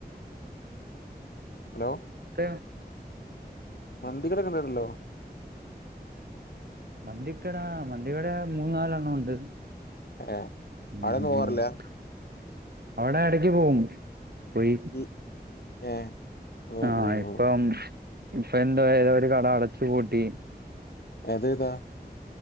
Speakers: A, on the left; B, on the right.
A: ഹലോ?
B: <unintelligible>
A: മന്തി കടൊക്കെയുണ്ടായിരല്ലോ?
B: മന്തി കടാ മന്തികട മൂന്നാലെണ്ണം ഉണ്ട്.
A: ഏ
B: <unintelligible>
A: അവിടൊന്നും പോവാറില്ല
B: അവിടെ എടക്ക് പോവും <unintelligible>
A: ഈ ഏ? ഓ
B: ആ
A: ഓ
B: ഇപ്പം
A: ഓ
B: ഇപ്പ എന്താ ഏതോ ഒരു കട അടച്ചു പൂട്ടി
A: അതേതാ?